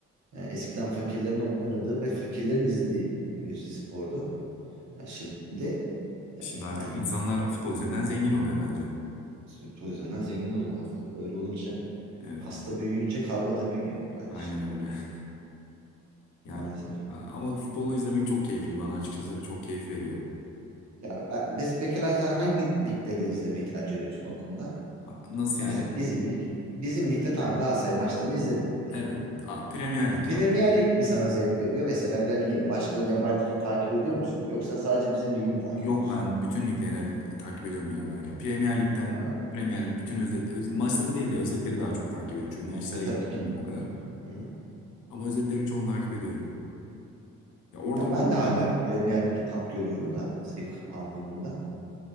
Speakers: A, on the right (about 65°); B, on the left (about 80°).
A: Yani eskiden fakirlerin oynadığı ve fakirlerin izlediği bir spordu. Yani şimdi
B: Şimdi
A: e,
B: artık
A: yani
B: insanlar futbol üzerinden zengin oluyor bence.
A: futbol üzerinden zengin oluyorlar tabii. Öyle olunca
B: Evet
A: pasta büyüyünce kavga da büyüyor kardeşim
B: aynen öyle. <laughs> Yani
A: maalesef.
B: ama futbolu izlemek çok keyifli bana açıkçası çok keyif veriyor.
A: Ya ben, biz peki sen hangi ligleri izlemeyi tercih ediyorsun o konuda?
B: Ha, Nasıl
A: Ya
B: yani?
A: mesela bizim lig, bizim ligde tamam Galatasaray maçlarını izledin diyelim.
B: Evet a, Premier
A: Ya,
B: Lig
A: Premier
B: ya.
A: Lig mi sana zevk veriyor? Mesela La Lig'i mi? Başka yabancı lig takip ediyor musun? Yoksa sadece bizim ligi mi takip
B: Yok
A: ediyorsun?
B: ben bütün liglere e, takip ediyorum genel olarak. Ya, Premier Lig'den
A: Ha.
B: Premier Lig bütün özet, öz- maçları değil de özetleri daha çok takip ediyorum. Çünkü maçlara
A: E
B: yetişemiyorum
A: tabii ki.
B: o kadar.
A: Hı. hı.
B: Ama özetlerin çoğunu takip ediyorum. Ya orada
A: Ya
B: oynanan
A: ben de hala Premier Lig'i tap görüyorum da zevk anlamında.